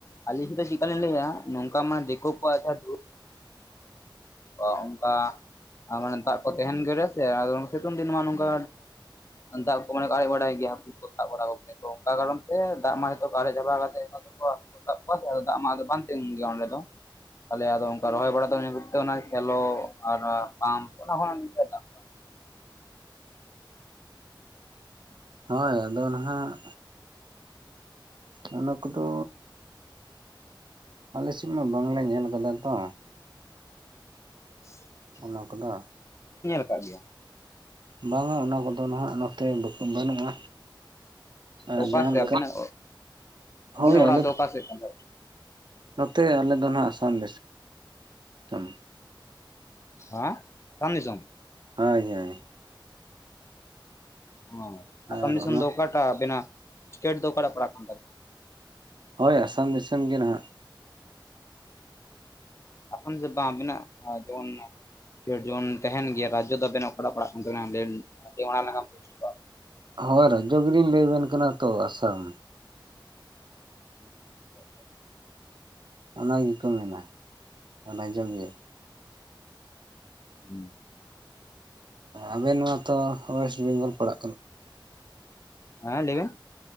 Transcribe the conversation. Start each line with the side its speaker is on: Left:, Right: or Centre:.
Left: ᱟᱞᱤᱧ ᱫᱚ ᱪᱮᱠᱟᱞᱤᱧ ᱞᱟᱹᱭᱟ ᱱᱚᱝᱠᱟ ᱢᱟᱱᱮ ᱫᱤᱠᱩ ᱠᱚ ᱟᱪᱪᱷᱟ ᱫᱩᱵ ᱚ ᱚᱱᱠᱟ ᱟᱨ ᱢᱟᱱᱮ ᱫᱟᱜ ᱠᱚ ᱛᱟᱦᱮᱸᱱ ᱜᱮ ᱨᱮ ᱥᱮ ᱥᱤᱛᱩᱝ ᱫᱤᱱ ᱢᱟ ᱱᱚᱝᱠᱟ ᱫᱟᱜ ᱠᱚ ᱢᱚᱱᱮ <unintelligible> ᱵᱟᱰᱟᱭ ᱜᱮᱭᱟ ᱠᱚ ᱥᱟᱵ ᱵᱟᱲᱟ ᱠᱚᱜᱮᱭᱟ ᱛᱚ ᱚᱱᱠᱟ ᱠᱟᱨᱚᱱ ᱛᱮ ᱫᱟᱜ ᱢᱟ ᱱᱤᱛᱚᱜ ᱟᱨᱮᱡ ᱪᱟᱵᱟᱣ ᱠᱟᱛᱮ ᱛᱚᱠᱚ ᱥᱟᱵ ᱠᱚᱣᱟ ᱟᱫᱚ ᱫᱟᱜ ᱢᱟ ᱟᱫᱚ ᱵᱟᱝ ᱛᱤᱸᱜᱩᱱ ᱜᱮᱭᱟ ᱚᱸᱰᱮ ᱫᱚ ᱛᱟᱦᱚᱞᱮ ᱟᱫᱚ ᱚᱱᱠᱟ ᱨᱚᱦᱚᱭ ᱵᱟᱲᱟ ᱫᱚ ᱚᱱᱟ ᱥᱮᱞᱳ ᱟᱨ ᱯᱟᱢᱯ ᱚᱱᱟ ᱠᱷᱟᱱ ᱫᱟᱜ
Right: ᱦᱳᱭ ᱟᱫᱚ ᱱᱟᱦᱟᱜ ᱚᱱᱟ ᱠᱚᱫᱚ ᱟᱞᱮᱥᱮᱫ ᱢᱟ ᱵᱟᱝᱞᱮ ᱧᱮᱞ ᱠᱟᱫᱟ ᱛᱚ᱾
Left: <unintelligible>
Right: ᱚᱱᱟ ᱠᱚᱫᱚ ᱟ ᱻ
Left: ᱠᱟᱜ ᱜᱮᱭᱟ
Right: ᱵᱟᱝᱟ ᱚᱱᱟ ᱠᱚᱫᱚ ᱱᱟᱦᱟᱜ ᱱᱚᱛᱮ ᱵᱟᱠᱚ ᱵᱟᱹᱱᱩᱜᱼᱟ᱾ ᱟᱨ
Left: ᱚᱠᱟ
Right: ᱡᱟᱦᱟᱸ
Left: ᱥᱮᱫ
Right: ᱞᱮᱠᱟ
Left: ᱟᱹᱵᱤᱱᱟᱜ ᱟᱹᱵᱤᱱᱟᱜ
Right: ᱦᱳᱭ
Left: ᱚᱲᱟᱜ
Right: ᱟᱞᱮ ᱫᱚ
Left: ᱚᱠᱟ ᱥᱮᱫ ᱠᱟᱱ ᱛᱟᱵᱤᱱᱟ
Right: ᱱᱚᱛᱮ ᱟᱞᱮ ᱫᱚ ᱦᱟᱜ ᱟᱥᱟᱢ ᱫᱤᱥᱚᱢ᱾
Left: ᱦᱟ ᱟᱥᱟᱢ ᱫᱤᱥᱚᱢ
Right: ᱦᱟᱭ ᱦᱳᱭ
Left: ᱚ ᱟᱥᱟᱢ
Right: ᱟᱨ
Left: ᱫᱤᱥᱚᱢ
Right: ᱚᱱᱟ
Left: ᱫᱚ ᱚᱠᱟᱴᱟᱜ ᱟᱵᱤᱱᱟᱜ ᱥᱴᱮᱴ ᱫᱚ ᱚᱠᱟᱴᱟᱜ ᱯᱟᱲᱦᱟᱜ ᱠᱟᱱ ᱛᱟᱵᱤᱱᱟ?
Right: ᱦᱳᱭ ᱟᱥᱟᱢ ᱫᱤᱥᱚᱢ ᱜᱮ ᱱᱟᱦᱟᱜ᱾
Left: ᱟᱥᱚᱱ ᱫᱚ ᱵᱟᱝ ᱟᱵᱤᱱᱟᱜ ᱡᱮᱢᱚᱱ ᱪᱚ ᱡᱚᱱ ᱛᱟᱦᱮᱸᱱ ᱜᱮᱭᱟ ᱨᱟᱡᱽᱡᱚ ᱟᱵᱮᱱᱟᱜ ᱚᱠᱟᱴᱟᱜ ᱯᱟᱲᱟᱜ ᱠᱟᱱ ᱛᱟᱵᱮᱱᱟ? <unintelligible>
Right: ᱦᱳᱭ ᱨᱟᱡᱽᱡᱚ ᱜᱮᱞᱤᱧ ᱞᱟᱹᱭ ᱟᱵᱮᱱ ᱠᱟᱱᱟ ᱛᱚ ᱟᱥᱟᱢ᱾
Left: <unintelligible>
Right: ᱚᱱᱟ ᱜᱮᱠᱚ ᱢᱮᱱᱟ ᱨᱟᱡᱽᱡᱚ ᱜᱮ᱾
Left: ᱦᱩᱸ
Right: ᱟᱵᱮᱱ ᱢᱟᱛᱚ ᱚᱭᱮᱥᱴ ᱵᱮᱝᱜᱚᱞ ᱯᱟᱲᱟᱜ ᱠᱟᱱᱟ᱾
Left: ᱦᱟᱸ ᱞᱟᱹᱭᱵᱮᱱ᱾